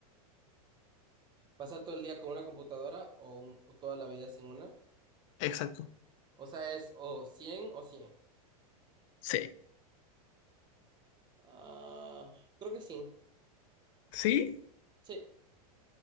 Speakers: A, on the right; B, on the left.
A: ¿Pasar todo el día con una computadora o, un- o toda la vida sin una?
B: Exacto.
A: O sea, es o cien o 100.
B: Sí.
A: Ah, creo que sí.
B: ¿Sí?
A: Sí.